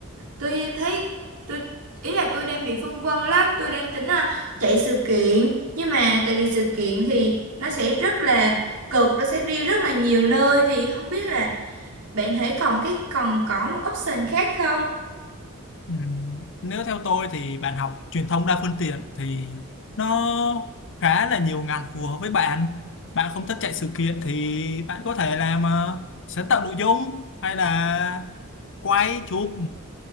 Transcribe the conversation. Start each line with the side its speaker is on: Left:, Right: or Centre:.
Right: tôi thấy tôi ý là tôi đang bị phân vân lắm tôi đang tính là chạy sự kiện nhưng mà tại vì sự kiện thì nó sẽ rất là cực nó sẽ đi rất là nhiều nơi thì không biết là bạn thấy còn cái còn có một option khác không
Left: Ừm, nếu theo tôi thì bạn học truyền thông đa phương tiện thì nó khá là nhiều ngành phù hợp với bạn. Bạn không thích chạy sự kiện thì bạn có thể làm ờ, sáng tạo nội dung hay là quay chụp